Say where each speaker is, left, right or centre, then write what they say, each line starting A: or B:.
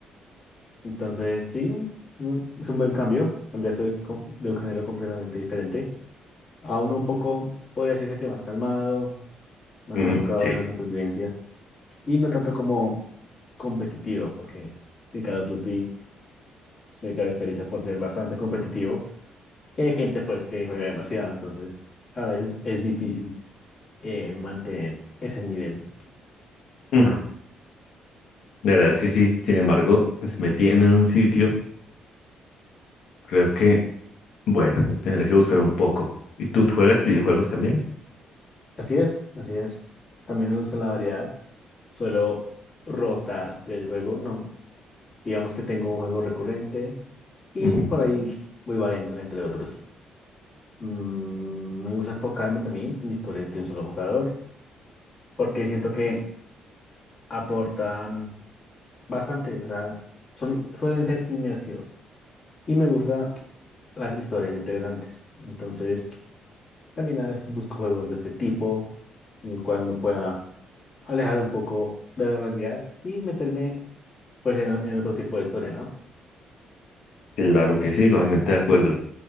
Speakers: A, on the left; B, on the left.
A: Entonces, sí, no, es un buen cambio. Cambiaste de, co- de un género completamente diferente a uno un poco, podría decirse que más calmado, más
B: ujú,
A: enfocado
B: sí,
A: en la supervivencia y no tanto como competitivo, porque sí, Call of Duty se caracteriza por ser bastante competitivo y hay gente pues que juega demasiado, entonces a veces es difícil eh, mantener ese nivel.
B: ujú. La verdad es que sí, sin embargo, pues, me tienen en un sitio, creo que, bueno, tendré que buscar un poco. ¿Y tú juegas videojuegos también?
A: Así es, así es. También me gusta la variedad. Suelo rotar del juego. No, Digamos que tengo un juego recurrente y
B: Ujú.
A: por ahí voy variando, entre otros. Mm, me gusta enfocarme también en historias de un solo jugador porque siento que aportan bastante, o sea, son, suelen ser inmersivos y me gustan las historias interesantes. Entonces, también a veces busco juegos de este tipo en el cual me pueda alejar un poco de la realidad y meterme pues en, en otro tipo de historia,
B: Claro que sí, totalmente de acuerdo.